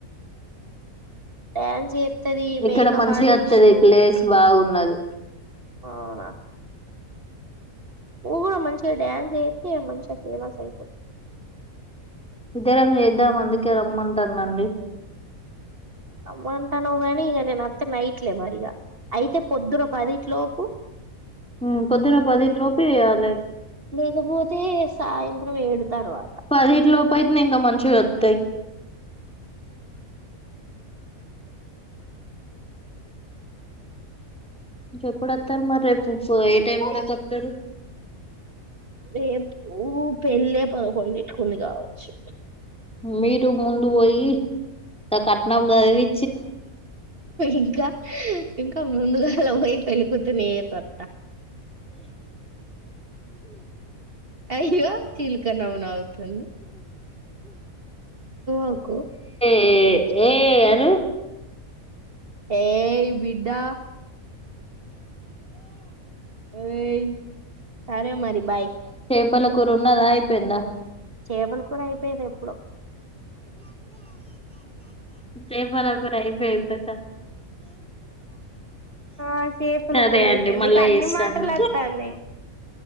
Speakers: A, on the right; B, in the centre.
A: డ్యాన్స్ చేత్తది
B: ఇక్కడ
A: మేకప్
B: మంచిగత్తది
A: ఆర్టిస్టు
B: ప్లేస్ బాగున్నది
A: ఆవునా నువ్ గూడ మంచిగ డ్యాన్స్ చేత్తె ఇగ మంచిగ ఫేమస్ అయితవ్
B: ఇద్దరం చేద్దం అందుకే రమ్మంటానండి
A: మంటనవ్ గనీ ఇగ నేనొత్తే నైట్లే మరి ఇగ అయితే పొద్దున పదింట్లోప్
B: మ్ పొద్దున పదింట్లోపె ఎయ్యాలి
A: లేకపోతే సాయంత్రం ఏడు తర్వాత
B: పదింట్లోపైత్నే ఇంక మంచిగొత్తయ్ ఇంకెప్పుడు ఒత్తరు మరి రేపు ఫ్ ఏ టైం వరకి ఒత్తరు
A: రేపు పెళ్ళే పదకొండింటికి ఉంది కావచ్చు
B: మీరు ముందు పోయి గ కట్నం చదివి
A: ఇంకా ఇంకా ముందుగాలా పోయి పెళ్ళి కూతుర్ని చేస అత్ అయ్యో చీలక నవ్వు నవ్వుతుంది ఒకు
B: ఎ ఏ అను
A: ఏయ్ బిడ్డా ఏయ్ సరే మరి బాయ్
B: పలకూరున్నదా అయిపోయిందా
A: చేపల కూర అయిపోయింది ఎప్పుడొ
B: చేపల కూర అయిపొయింది దట
A: ఆ చేపల
B: సరే
A: కూర అయిపోయింది
B: అండి మళ్ళ
A: ఇక అన్ని
B: చేస్తాను
A: మాటలు వత్తాన్నాయి